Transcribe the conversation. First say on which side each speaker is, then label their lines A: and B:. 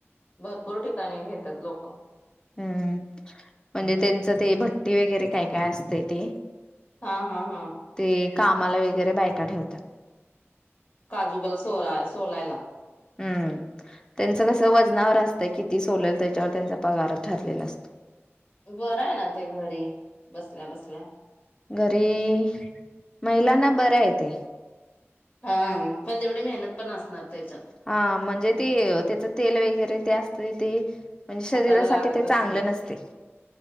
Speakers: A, on the left; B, on the left.
A: भरपूर ठिकाणी घेतात लोक.
B: हम्म. म्हणजे त्यांचं ते भट्टी वगैरे काय काय असतय ते.
A: हां. हां. हां.
B: ते कामाला वगैरे बायका ठेवतात.
A: काजू गर सोला सोलायला.
B: हम्म. हं. त्यांचं कसं वजनावर असतंय. किती सोलेल त्याच्यावर त्यांचा पगार ठरलेला असतो.
A: बरय ना ते घरी बसल्या बसल्या.
B: घरी-महिलांना बरं य ते.
A: हां. पण तेवढी मेहनत पण असणार त्याच्यात.
B: हां. म्हणजे ते त्याच तेल वगैरे ते असतेय ते- म्हणजे शरीरासाठी
A: हाताला लागत
B: ते
A: असेल.
B: चांगल नसतय.